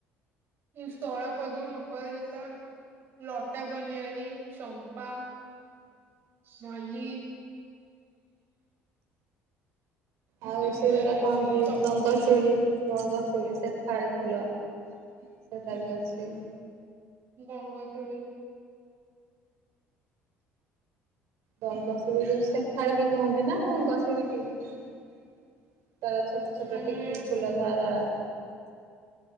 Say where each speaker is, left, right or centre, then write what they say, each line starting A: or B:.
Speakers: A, on the right; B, on the right.
A: ସ୍ଥଳପଦ୍ମ ଅପରାଜିତା। ଲଟା କନିଆରି ଚମ୍ପା। ମଲି।
B: ଆଉ
A: ଏଗୁଡା
B: ସେ ଯୋଉଟା
A: ବି
B: କହନ୍ତି
A: ଅଛି ସପୁରୀ
B: ଗଙ୍ଗଶିଉଳି ଗଙ୍ଗଶିଉଳି ସେ ଶେଫାଳୀ ଫୁଲ ସେଟା ବି ଅଛି।
A: ଗଙ୍ଗ ତୁଳି।
B: ଗଙ୍ଗଶିଉଳି ସେଫାଳି ବି କୁହନ୍ତି ନା ଗ ଶିଉଳି କି ତାର ଛ ସେଟା
A: ଆମ
B: ଟିକ
A: ଇଆଡେ
B: ଟିକ
A: ହୁଁ
B: ଫୁଲ ଧଳା ଧଳା।